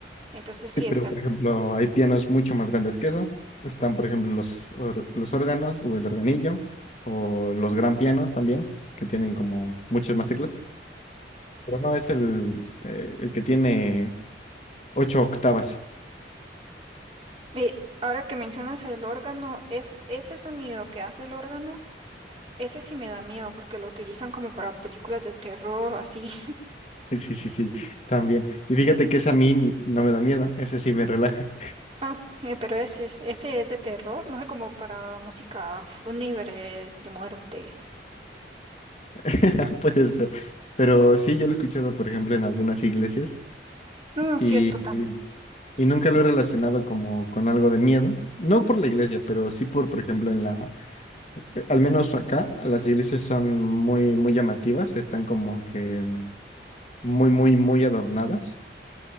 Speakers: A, on the right; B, on the left.
A: Entonces sí
B: Sí, pero
A: es algo.
B: por ejemplo, hay pianos mucho más grandes que eso. Están, por ejemplo, los, or- los órganos o el organillo o los gran pianos también, que tienen como muchas más teclas. Pero no es el, eh, el que tiene ocho octavas. <laughs>
A: Y ahora que mencionas el órgano, es ese sonido que hace el órgano, ese sí me da miedo porque lo utilizan como para películas de terror o así. <laughs>
B: Sí, sí, sí, también. Y fíjate que ese a mí no me da miedo, ese sí me relaja.
A: Ah, eh, pero ese es, ese es de terror, no sé, como para música fúnebre de muerte.
B: <laughs> Puede ser. Pero sí, yo lo he escuchado, por ejemplo, en algunas iglesias
A: No, cierto
B: y,
A: también.
B: y nunca lo he relacionado como con algo de miedo. No por la iglesia, pero sí por, por ejemplo, en la eh, Al menos acá las iglesias son muy, muy llamativas, están como que mm, muy, muy, muy adornadas.